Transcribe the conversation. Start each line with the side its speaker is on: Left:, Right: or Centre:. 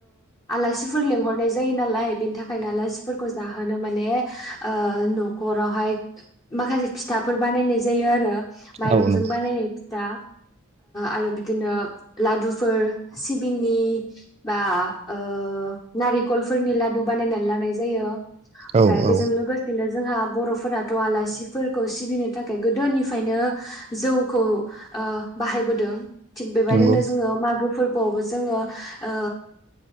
Left: आलासिफोर लेंंहरनाय जायो नालाय बेनि थाखायनो आलासिफोरखौ जाहोनो माने न'खरावहाय माखासे फिथाफोर बानायनाय जायो आरो माइरंजों
Right: औ नंगौ
Left: बानायनाय दा आरो बिदिनो लादुफोर सिबिंनि बा ओ नारिखल फोरनि लादु बानायनानै लानाय जायो ओमफ्राय
Right: औ औ
Left: बेजों लोगो बिदिनो जोंहा बर'फोराथ' आलासिफोरखौ सिबिनो थाखाय गोदोनिफ्रायनो जौखौ बाहायबोदों थिग बेबायदिनो
Right: नंगौ
Left: जोङो मागोफोर बावबो जोङो ओ